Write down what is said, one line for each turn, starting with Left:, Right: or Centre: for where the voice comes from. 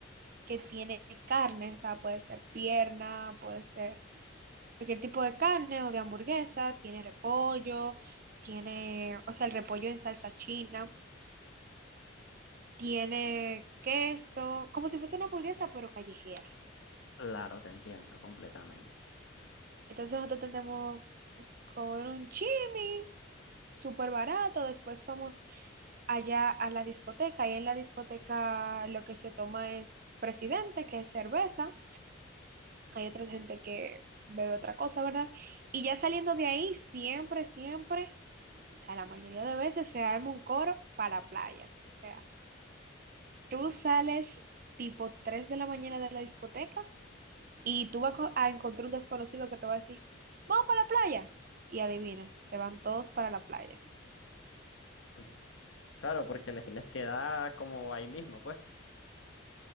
Right: que tiene carne, o sea, puede ser pierna, puede ser cualquier tipo de carne o de hamburguesa, tiene repollo, tiene, o sea, el repollo en salsa china. tiene queso, como si fuese una hamburguesa, pero callejera.
Left: Claro, te entiendo completamente.
Right: Entonces nosotros tendemos comer un chimi, súper barato. Después vamos allá a la discoteca. Y en la discoteca lo que se toma es presidente, que es cerveza. Hay otra gente que bebe otra cosa, ¿verdad? Y ya saliendo de ahí, siempre, siempre, o sea, la mayoría de veces se arma un coro para la playa. O sea, tú sales tipo 3 de la mañana de la discoteca. Y tú vas co- a encontrar un desconocido que te va a decir, vamos para la playa. Y adivina, se van todos para la playa.
Left: Mm. Claro, porque les, les queda como ahí mismo, pues.